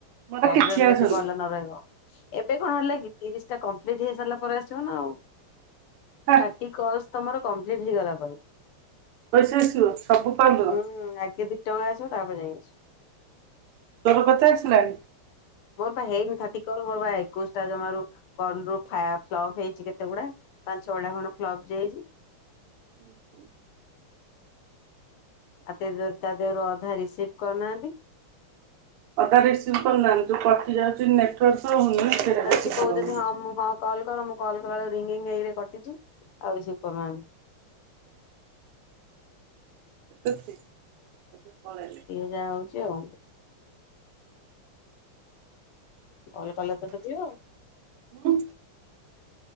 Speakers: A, on the right; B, on the left.
A: ମୋର
B: ବ୍ୟାଗ୍ରାଉଣ୍ଡ
A: କିଛି ଆସୁନି
B: ଯଦି ଭଲ ନ ରହିବ। ଏବେ କଣ ହେଲା କି ତିରିଶ ଟା କମ୍ପ୍ଲିଟ ହେଇ ସାରିଲା ପରେ ଆସିବ ନା ଆଉ।
A: ହା
B: ଥାଟି କଲ୍ସ ତମର କମ୍ପଲିଟ ହେଇଗଲା ପରେ।
A: ପଇସା ଆସିବ ସବୁ ପାଉଲର।
B: ହୁଁ ଆଗେ ଦି ଟଙ୍କା ଆସିବ ତାପରେ ଯାଇଁ ଆସ
A: ତୋର କେତେ ଆସିଲାଣି?
B: ମୋର ପା ହେଇନି ଥାଟି କଲ୍ ମୋର ବା ଏକୋଇଶ ଟା ଜମାରୁ କଲ୍ ରୁ ଫା ଫ୍ଲପ ହେଇଛି କେତେ ଗୁଡା। ପାଞ୍ଚ ଛ ଟା ଖଣ୍ଡେ ଫ୍ଲପ ଯାଇଛି।
A: ହୁଁ ହୁଁ।
B: ଆଉ <unintelligible> ତା ଦେହର ଅଧା ରିସିଭ କରୁନାହାନ୍ତି।
A: ଅଧା ରିସିଭ କରୁନାହାନ୍ତି ଯୋଉ କଟି ଯାଉଛି ନେଟୱାର୍କ ରହୁନି <unintelligible>
B: ଆରେ ସିଏ
A: ପ୍ରୋବ୍ଲେମ୍
B: କହୁଛନ୍ତି
A: ହଉଛି।
B: ହଁ ମୁ ହଁ କଲ କର ମୁ କଲ କଲା ବେଲକୁ ରିଙ୍ଗ ରିଙ୍ଗ ହେଇକରି କଟୁଛି ଆଉ ରିସିଭ୍ କରୁନାହାନ୍ତି।
A: ଏବେ ଏବେ ପଳେଇଲେ।
B: ଯା ହଉଛି ଆଉ କଲ କଲେ ତ ସେ ଯିବ।
A: ହୁଁ।